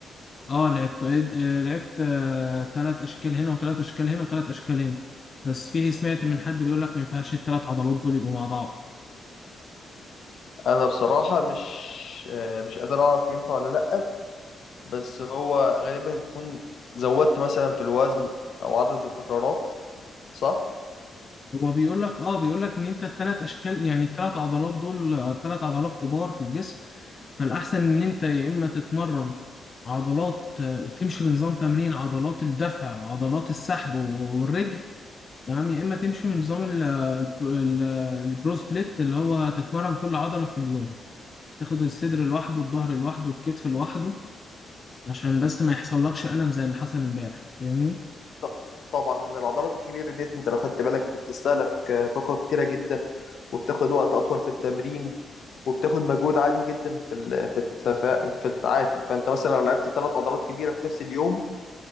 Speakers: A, on the left; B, on the left.
A: اه لعبت آه لعبت آه تلات اشكال هنا وتلات اشكال هنا وتلات اشكال هنا بس فيه سمعت من حد بيقول لك ما ينفعش التلات عضلات دول يبقوا مع بعض
B: انا بصراحة مش آه، مش قادر اعرف ينفع ولا لأ بس هو غالبا انت تكون زودت مثلا في الوزن او عدد التكرارات صح؟
A: هو بيقول لك اه بيقول لك ان انت التلات اشكال يعني التلات عضلات دول آه، تلات عضلات كبار في الجسم فالاحسن ان انت يا اما تتمرن عضلات آه، تمشي بنظام تمرين عضلات الدفع وعضلات السحب والرجل تمام يا اما تمشي من نظام ال- البرو ال- البرو سبليت اللي هو تتمرن كل عضله في اليوم تاخد الصدر لوحده والظهر لوحده والكتف لوحده عشان بس ما يحصلكش الم زي اللي حصل امبارح فاهمني
B: ط- طبعا لان العضلات الكبيرة ديت انت لو خدت بالك دي بتستهلك آه، طاقة كتيرة جدا وبتاخد وقت اطول في التمرين وبتاخد مجهود عالي جدا في ال- في التفا... في التعافي فانت مثلا لو لعبت ثلاث عضلات كبيرة في نفس اليوم